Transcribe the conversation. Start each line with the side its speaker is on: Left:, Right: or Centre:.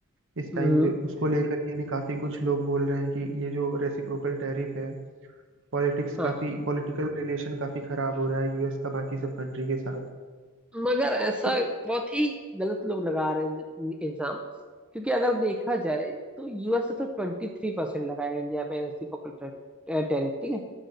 Right: इस
Centre: हम्म
Right: टाइम पे उसको लेकर के भी काफ़ी कुछ लोग बोल रहे हैं कि ये जो रेसिप्रोकल टैरिफ है पॉलिटिक्स
Centre: हाँ।
Right: काफ़ी पॉलिटिकल रिलेशन काफ़ी खराब हो रहा है यूएस का बाकी सब कंट्री के साथ
Centre: मगर ऐसा
Right: तो
Centre: बहुत ही गलत लोग लगा रहे हैं एग्जाम क्योंकि अगर देखा जाए तो यूएस से तो ट्वेंटी थ्री परसेंट लगाया इंडिया पे रेसिप्रोकल टैरिफ ठीक है